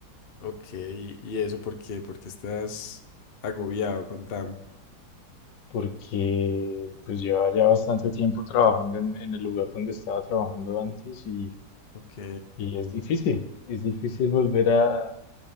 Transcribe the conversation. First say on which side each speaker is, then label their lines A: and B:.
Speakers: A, on the left (about 60°); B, on the left (about 75°).
A: Ok, ¿y eso por qué? Porque estás agobiado, contame.
B: porque pues lleva ya bastante tiempo trabajando en, en el lugar donde estaba trabajando antes y,
A: Ok.
B: y es difícil, es difícil volver a,